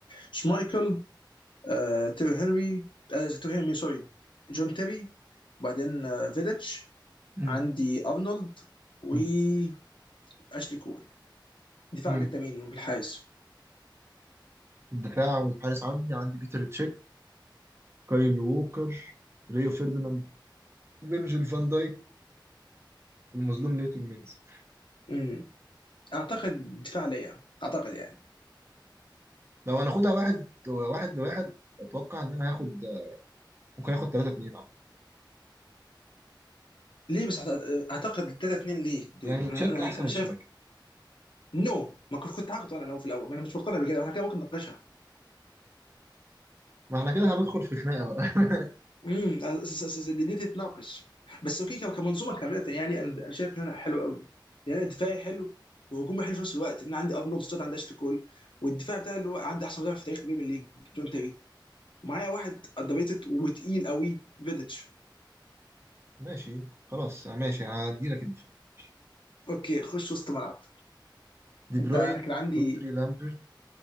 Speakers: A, on the left; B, on the right.
A: شمايكل آه، تيري هنري آه، تيري هنري مين سوري جون تيري وبعدين آه، فيديتش
B: مم.
A: عندي ارنولد واشلي
B: مم.
A: كول دفاعك
B: مم.
A: انت مين وبالحارس
B: الدفاع والحارس عندي عندي بيتر تشيك كايل ووكر ريو فيرديناند فيرجيل فان دايك والمظلوم ليتون مينز
A: امم اعتقد دفاع ليا اعتقد يعني
B: لو هناخدها واحد واحد لواحد اتوقع ان انا هاخد ممكن اخد 3 2 عامه
A: ليه بس أعت- آه، اعتقد 3 2 ليه دود
B: يعني
A: انا
B: تشيك
A: انا
B: احسن
A: انا
B: من
A: شايف
B: شمايكل
A: نو ما كنت كنت هاخده انا لو في الاول ما انا مش مقتنع بكده احنا كده ممكن نناقشها
B: ما احنا كده هندخل في خناقه بقى <laughs>
A: امم أس- أس- أس- دي دي تتناقش بس اوكي ك- كمنظومه كامله يعني انا أنا شايف ان انا حلو قوي يعني انا دفاعي حلو وهجومي حلو في نفس الوقت ان انا عندي ارنولد ستات عندي اشلي كول والدفاع بتاعي اللي هو عندي احسن مدافع في تاريخ البريمير ليج جون تيري ومعايا واحد اندريتد وتقيل قوي فيديتش
B: ماشي خلاص ماشي هدي لك الدفاع ماشي.
A: اوكي خش وسط ملعب
B: دي
A: انت
B: بروين
A: انا كان عندي
B: رودري لامبرت